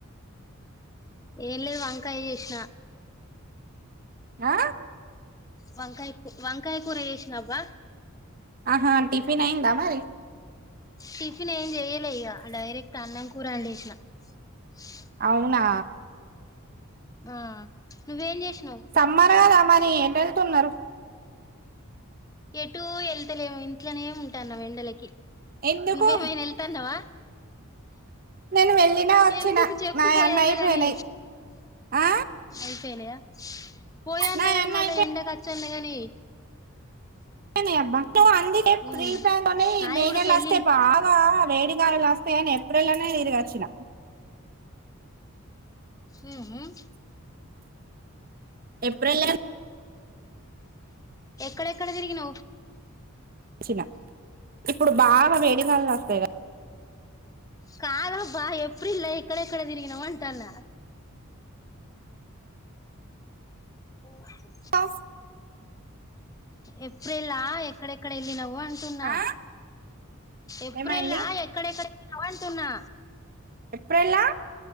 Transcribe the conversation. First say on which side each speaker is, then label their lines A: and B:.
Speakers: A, on the left (about 15°); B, on the right (about 40°).
A: ఏం లేదు వంకాయ చేసిన
B: ఆ
A: వంకాయ కూ వంకాయ కూర చేసినబ్బా
B: ఆహా టిఫిన్ అయ్యిందా మరి
A: టిఫిన్ ఏం చేయలే డైరెక్ట్ అన్నం కూర అండేషిన <unintelligible>
B: అవునా
A: ఆ నువ్వు ఏం చెస్
B: సమ్మ కదా మరీ ఏటా వెళ్తున్నారు
A: ఎటు వెళ్తలేము ఇంట్లోనే ఉంటాన్న ఎండలకి
B: ఎందుకు
A: నువ్వేమైనా వెళ్తాన్నావా
B: నేను వెళ్ళినా వచ్చినా
A: ఎందుకు చెప్పుపోయాన్నా
B: నాయన్ని అయిపోయినాయి
A: గానీ
B: ఆ
A: అయిపోయినాయా పోయాన్నాని
B: నాయన్ని
A: మాల
B: అయిపోయి
A: ఎండకా చినగానే
B: అయినాయి అబ్బా నువ్వు అందుకే
A: ఉమ్
B: ఫీ టైమ్ లోనే ఈ
A: నాయి
B: మే
A: కూడా
B: నెల
A: పెళ్ళిళ్ళు
B: వస్తే బాగా వేడికలులు వస్తా అని ఏప్రిల్ లోనే తిరిగి వచ్చిన
A: ఉమ్ మ్మ్
B: ఏప్రిల్ లోనే
A: ఎక్కడ ఎక్కడ తిరిగిన్
B: వచ్చిన ఇప్పుడు బాగా వేడి గాలులు వస్తాయి కదా
A: కాదు బా ఎప్రిల్ ఎక్కడ ఎక్కడ తిరిగినావ్ అంటూనా ఓకే
B: కదా
A: ఏప్రిల్ ఎక్కడెక్కడ వెళ్ళినవ్ అంటున్నా
B: ఆ
A: ఎప్రిల్
B: ఏమైంది
A: ఎక్కడెక్కడ వంటున్నా
B: ఎప్రిల్లా